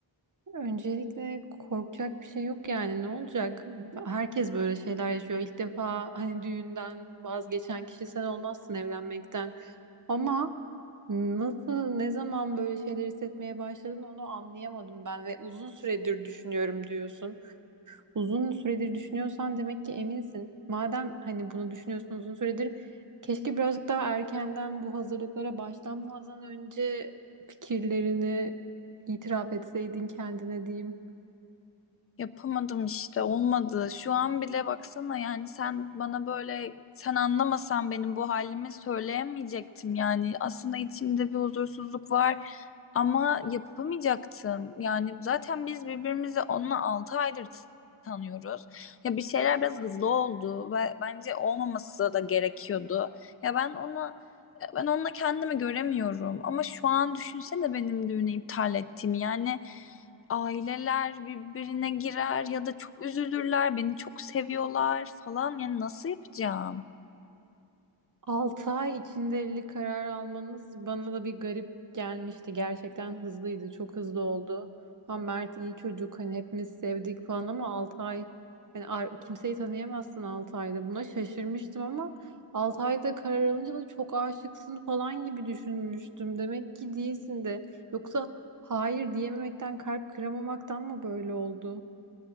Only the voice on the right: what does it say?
Öncelikle korkacak bir şey yok yani ne olacak? Herkes böyle şeyler yaşıyor. İlk defa hani düğünden vazgeçen kişi sen olmazsın evlenmekten. Ama nasıl, ne zaman böyle şeyler hissetmeye başladın onu anlayamadım ben ve uzun süredir düşünüyorum diyorsun. Uzun süredir düşünüyorsan demek ki eminsin. Madem hani bunu düşünüyorsun uzun süredir, keşke birazcık daha erkenden bu hazırlıklara başlanmadan önce fikirlerini itiraf etseydin kendine diyeyim.
6 ay içinde evlilik kararı almanız bana da bir garip gelmişti. Gerçekten hızlıydı. Çok hızlı oldu. Ha Mert iyi çocuk. Hani hepimiz sevdik falan ama 6 ay hani ar- kimseyi tanıyamazsın 6 ayda. Buna şaşırmıştım ama 6 ayda karar alınca da çok aşıksın falan gibi düşünmüştüm. Demek ki değilsin de. Yoksa hayır diyememekten, kalp kıramamaktan mı böyle oldu?